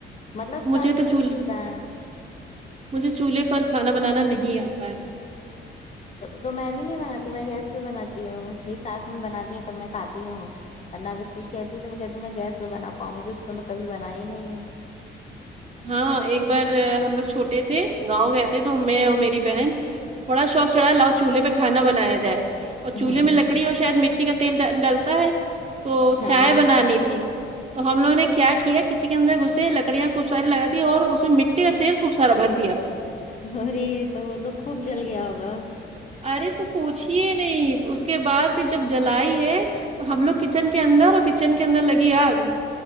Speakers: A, on the left; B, on the right.
A: مطلب ساری
B: مجھے تو
A: سکھ
B: چ
A: سویدھائیں
B: مجھے چولہے پر کھانا بنانا نہیں آتا ہے
A: تو میں بھی نہیں بناتی ہوں میں گیس پہ بناتی ہوں میری ساس میں بناتی ہے تو میں کھاتی ہوں ورنہ اگر کچھ کہدے تو میں کہتی ہوں میں گیس پے بنا پاؤ گی اس پہ میں کبھی بنائی نہیں ہوں
B: ہاں ایک بار ہم لوگ چھوٹے تھے گاؤں گئے تھے تو میں اور میری بہن بڑا شوق چڑھا لاؤ چولہے پہ کانا بنایا جائے اور چولہے
A: ہوں
B: میں لکڑی اور شاید مٹی کا تیل ڈلتا ہے تو
A: ہاں
B: چائے بنانی تھی تو ہم لوگنے کیا کیا کچن کے اندر گھسے لکڑیاں خوب ساری لگادی اور اس میں مٹی کا تیل خوب سارا بھر دیا
A: ارے یہ تو وہ تو خوب جل گیا ہوگا
B: ارے تو پوچھیے نہیں اس کے بعد پھر جب جلائی ہے تو ہم لوگ کچن کے اندر اور کچن کے اندر لگی آگ